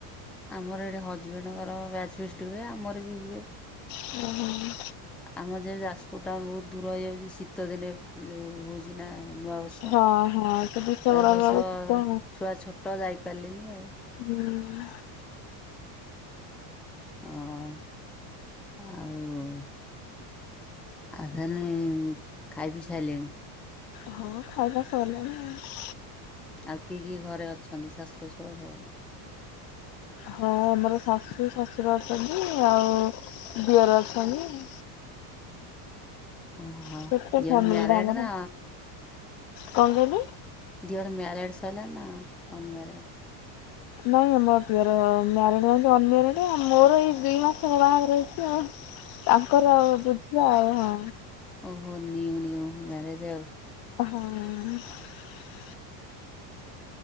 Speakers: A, in the centre; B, on the left.
A: ଆମର ଏଇଠି ହଜବେଣ୍ଡଙ୍କର ବ୍ୟାଚ ଫିଷ୍ଟି ହୁଏ ଆମର ବି ହୁଏ।
B: ହୁଁ ହୁଁ।
A: ଆମ ଯଉ ଯାଜପୁର ଟାଉନ ବହୁତ ଦୂର ହେଇଯାଉଛି ଶୀତ ଦିନେ ଯୋଉ ହଉଛି ନା ନୂଆବର୍ଷ
B: ହଁ
A: ତା
B: ହଁ ସେ ଡିସେମ୍ବର
A: ବର୍ଷ
B: ବେଳକୁ ତ
A: ଛୁଆ ଛୋଟ ଯାଇପାରିଲିନି ଆଉ।
B: ହୁଁ।
A: ହଁ ଆଉ ଆଉ ତା ହେଲେ ଖାଇପି ସାଇଲେଣି?
B: ହଁ ଖାଇବା ସିଲାଣି ଆଉ।
A: ଆଉ କିଏ କିଏ ଘରେ ଅଛନ୍ତି ଶାଶୁ ଶଶୁର ସବୁ।
B: ହଁ ଆମର ଶାଶୁ ଶଶୁର ଅଛନ୍ତି ଆଉ ଦିଅର ଅଛନ୍ତି।
A: ଓହୋ
B: ଛୋଟ
A: ଦିଅର
B: ଫ୍ୟାମିଲି
A: ମ୍ୟାରେଡେ
B: ଟା ଆମର
A: ନା?
B: କଣ କହିଲେ?
A: ଦିଅର ମ୍ୟାରିଡେ ସରିଲାଣି ନା ଅନମ୍ୟାରେଡ?
B: ନାଇଁ ମୋ ଦିଅର ମ୍ୟାରେଡେ ଅନମ୍ୟାରେଦେ ମୋର ଏଇ ଦୁଇ ମାସ ହେଲା ବାହାଘର ହେଇଛି ଆଉ। ତାଙ୍କର ବୁଝିବା ଆଉ ହଁ।
A: ଓ ନିନ୍ୟୁ ନିନ୍ୟୁ ମ୍ୟାରେଜ ଆଉ।
B: ହୁଁ।